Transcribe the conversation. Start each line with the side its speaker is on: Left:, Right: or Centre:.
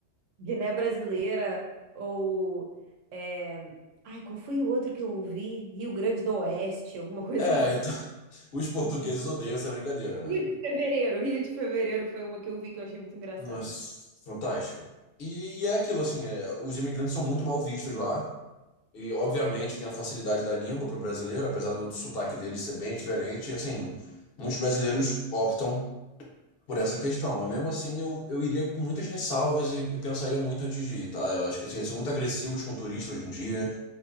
Right: Guiné Brasileira ou. é, Ai, qual foi o outro que eu ouvi? Rio Grande do Oeste, alguma coisa
Left: É,
Right: assim.
Left: então,
Right: <laughs>
Left: <laughs> os portugueses odeiam essa brincadeira, né?
Right: Rio de Fevereiro. Rio de Fevereiro foi uma que eu vi que eu achei muito engraçada.
Left: Nossa, fantástico. E, e é aquilo, assim, é, os imigrantes são muito mal vistos lá. E, obviamente, tem a facilidade da língua para o brasileiro, apesar do sotaque dele ser bem diferente. E, assim, muitos brasileiros optam por essa questão. Mas, mesmo assim, eu, eu iria com muitas ressalvas e, e pensaria muito antes de ir, tá? Eu acho que, assim, eles são muito agressivos com turistas hoje em dia.